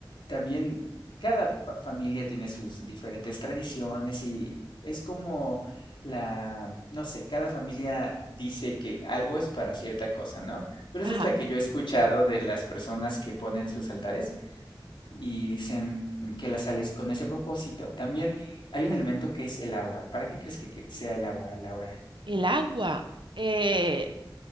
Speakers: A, on the left (about 75°); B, on the right (about 75°).
A: también, cada pa- familia tiene sus diferentes tradiciones y es como la, no sé, cada familia dice que algo es para cierta cosa, ¿no? Pero
B: Ajá,
A: esa es la que yo he escuchado de las personas que ponen sus altares y dicen que la sal es con ese propósito. También hay un elemento que es el agua. ¿Para qué crees que que sea el agua, Laura?
B: el agua. eh,